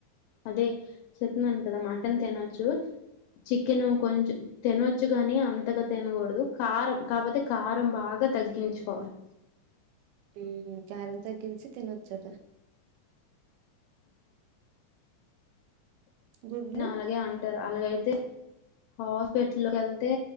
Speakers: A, on the left; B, on the right.
A: అదీ చెప్తున్నాను కదా మటన్ తినొచ్చు చికెన్ కొంచెం తినొచ్చు గాని అంతగా తినకూడదు కారం కాకపోతే కారం బాగా గా తగ్గించుకోవాలి
B: మ్మ్ కారం తగ్గించి తినొచ్చట గుడ్లు
A: అలాగే అంటారు అలాగైతే హాస్పిటల్ కెళ్తే